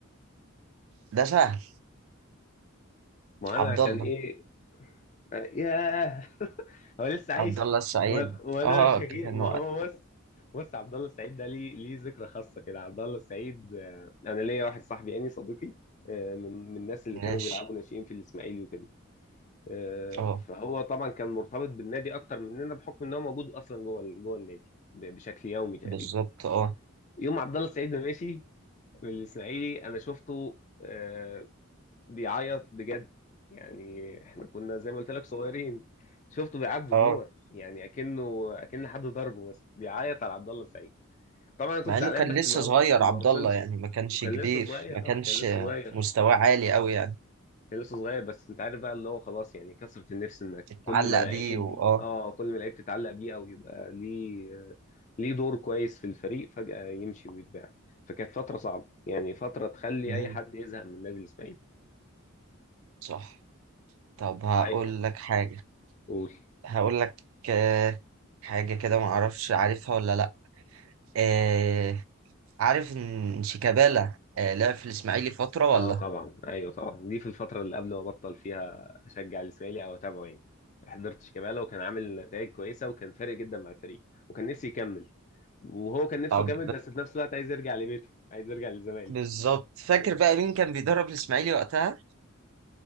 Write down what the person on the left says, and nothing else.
ما
انا عشان
ايه ياه <laughs> هو لسه عايش
و- وانا
مش هجيب
ما هو بص بص عبد الله السعيد ده ليه ليه ذكرى خاصه كده عبد الله السعيد آه، انا ليا واحد صاحبي يعني صديقي آه، من من الناس اللي
كانوا بيلعبوا ناشئين في الاسماعيلي وكده آه،
فهو طبعا كان مرتبط بالنادي اكتر مننا بحكم ان هو موجود اصلا جوه ال- جوه النادي ب- بشكل يومي تقريبا
يوم عبد الله السعيد ما مشي من الاسماعيلي انا شفته آه، بيعيط بجد يعني احنا كنا زي ما قلت لك صغيرين شفته بيعيط بدموع
يعني اكنه اكن حد ضربه مثلا بيعيط على عبد الله السعيد طبعا انا كنت
زعلان
بس
ما
ما
وصلش
وكان
لسه صغير
آه، كان لسه صغير
كان لسه صغير بس انت عارف بقى اللي هو خلاص يعني كثرة النفس انك
كل ما لعيب
اه كل ما لعيب تتعلق بيه او يبقى ليه ليه دور كويس في الفريق فجأة يمشي ويتباع فكانت فترة صعبة يعني فترة تخلي
اي حد يزهق من نادي الاسماعيلي
عادي
قول
اه
طبعا ايوه طبعا دي في الفتره اللي قبل ما بطل فيها اشجع الاسماعيلي او اتابعه يعني حضرت شيكابالا وكان عامل نتائج كويسه وكان فارق جدا مع الفريق وكان نفسي يكمل وهو كان نفسه
يكمل بس في نفس الوقت عايز يرجع لبيته عايز يرجع للزمالك
آه،